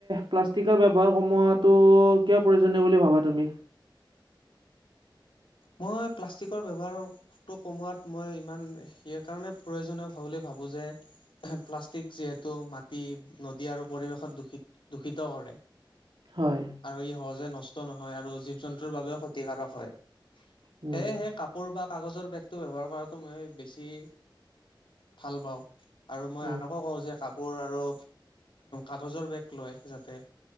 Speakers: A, on the right; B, on the left.
A: প্লাষ্টিকৰ ব্যৱহাৰ কমোৱাত ত' কিয় প্ৰয়োজনীয় বুলি ভাবা তুমি
B: মই প্লাষ্টিকৰ ব্যৱহাৰৰ খটো কমোৱাত মই ইমান সেই কাৰণে প্ৰয়োজনীয় বুলি ভাবোঁ যে প্লাষ্টিক যিহেতু মাটি নদী আৰু পৰিৱেশত দূষিত দূষিত কৰে
A: হয়
B: আৰু ই সহজে নষ্ট নহয় আৰু জীৱ জন্তুৰ বাবেও ক্ষতিকাৰক হয় সেয়েহে
A: উম
B: কাপ কৰ'ব কাগজৰ বেগটো ব্যৱহাৰ কৰাটো মই বেছি ভাল পাওঁ আৰু মই
A: উম
B: আনকো কওঁ যে কাপোৰ আৰু কাগজৰ বেগ লয় যাতে